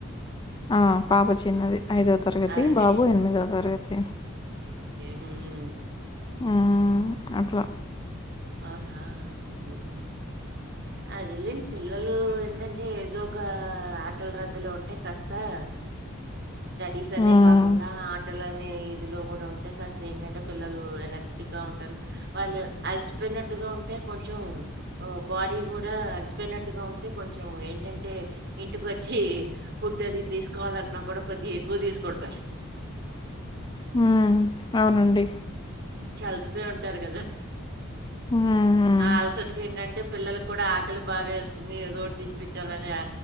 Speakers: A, on the left (about 20°); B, on the right (about 50°).
A: ఆ పాప చిన్నది ఐదో తరగతి,
B: అదే.
A: బాబు ఎనిమిదో తరగతి.
B: ఉహుం
A: హ్మ్ అట్లా
B: అవునా! ఉహుం. అదేలేండి. పిల్లలు ఏంటంటే ఏదో ఒక ఆటల రందులో ఉంటే కాస్తా. అ స్టడీస్ అనే
A: మ్మ్
B: కాకుండా ఆటల అవి నే ఇదిలో కూడా ఉంటే కాస్త ఏంటంటే పిల్లలు ఎనర్జెటిక్ గా ఉంటారు. వాళ్ళు అలసిపోయినట్టు గా ఉంటే కొంచెం బాడీ కూడా అలిసిపోయినట్టుగా ఉంటే కొంచెం ఏంటంటే ఇంటికోచ్చి ఫుడ్ అది తీసుకోవాలన్నా కూడా కొద్దిగా ఎక్కువ తీసుకుంటారు.
A: హ్మ్ అవునండి.
B: అలిసిపోయి ఉంటారు. కదా
A: మ్మ్
B: ఆ అలసటికి ఏంటంటే పిల్లలకు కూడా ఆకలి బాగా వేస్తుంది ఏదోటి తినిపించాలని ఆ